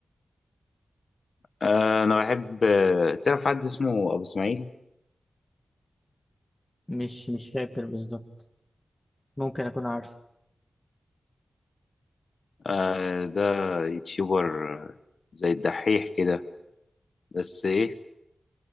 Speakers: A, on the left; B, on the left.
A: آه، انا بحب آه، تعرف حد اسمه ابو اسماعيل
B: مش مش فاكر بالظبط ممكن اكون عارف
A: آه، ده يوتيوبر آه، زي الدحيح كده بس ايه